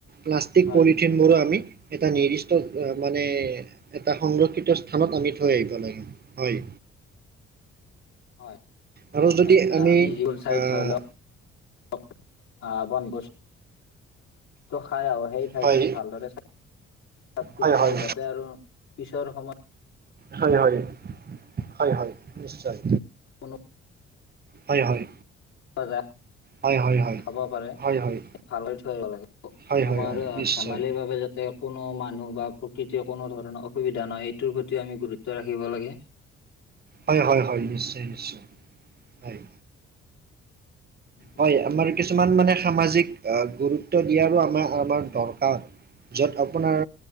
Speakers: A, on the right; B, on the left.
A: প্লাষ্টিক
B: হয়
A: পলিথিনবোৰো আমি এটা নিৰ্দিষ্ট মানে এটা সংৰক্ষিত স্থানত আমি থৈ আহিব লাগে, হয়।
B: হয়
A: আৰু যদি
B: ম আমি জি ল চাই
A: আহ,
B: ধৰি লওক বন বস্তু খাই আহ সেই ঠাই
A: হয়
B: খিনি ভালদৰে চাই চাফ চিকুণ
A: হয় হয়
B: কৰি যাতে আৰু পিছৰ সময়ত
A: হয় হয় হয় হয় নিশ্চয়
B: কোনো
A: হয় হয়
B: যায়
A: হয় হয় হয়
B: খাব পাৰে
A: হয় হয়
B: ভালকৈ থৈ আহিব লাগে। সময়
A: হয় হয় হয়
B: আৰু
A: নিশ্চয়
B: ধেমালিৰ বাবে যাতে কোনো মানুহ বা প্ৰকৃতিৰ কোনো ধৰণৰ অসুবিধা নহয় এইটোৰ প্ৰতিও আমি গুৰুত্ব ৰাখিব লাগে
A: হয় হয় হয় নিশ্চয় নিশ্চয় হয়
B: উম
A: হয় আমাৰ কিছুমান মানে সামাজিক গুৰুত্ব দিয়াৰো আমাৰ - আমাৰ দৰকাৰ। য'ত আপোনাৰ